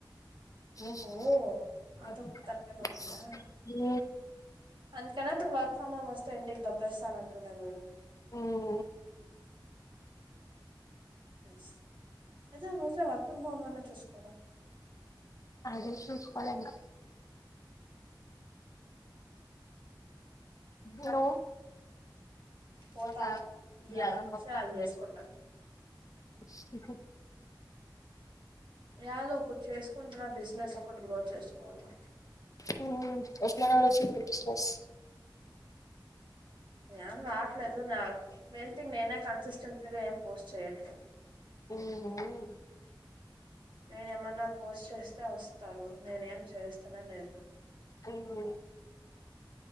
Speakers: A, on the left; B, on the right.
A: <unintelligible>
B: ఓహో అదొక్కటి తలకాయ నొప్పుందా
A: హు
B: అందుకని ఇప్పుడు వర్క్ ఫ్రమ్ హోమ్ వస్తే ఇంటికి దోబ్బేస్తారంటుంది వీడు
A: హ్మ్
B: ఎస్ అదతే రోట్లో వర్క్ ఫ్రమ్ హోమ్ వాళ్ల చూసుకోరా
A: అదే చూసుకోవాలి ఇంకా హలో
B: పోతా
A: పోత
B: యాదోస్తే
A: యాడన్నా ఓస్తే
B: అది
A: ఆడ
B: చేసుకుంటా
A: జెస్ ఉహ్
B: యాదో ఒకటి చేసుకుంటున్న బిజినెస్ ఒకటి గ్రో చేసుకోవాల
A: హ్మ్ ఎట్ల నడుస్తుంది బిజినెస్
B: ఏం రాట్లేదు నా మెయిన్ థింగ్ నేనే కన్సిస్టెన్సీగా ఏం పోస్ట్ చేయట్లేదు
A: ఉహు హ్మ్
B: నేను ఏమన్నా పోస్ట్ చేస్తే వస్తారు నేనే ఏం చేస్తానే లేదు
A: హ్మ్